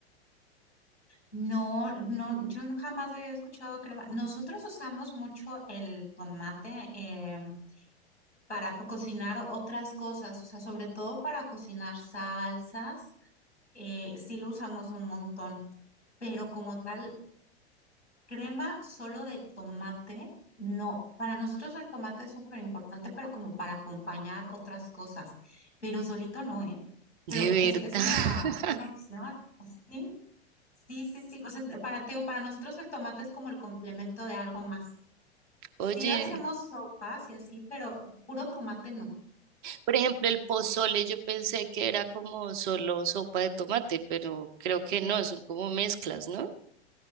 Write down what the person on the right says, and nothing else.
de
verdad.
<laughs>
Oye,
por ejemplo, el pozole yo pensé que era como solo sopa de tomate, pero creo que no, son como mezclas, ¿no?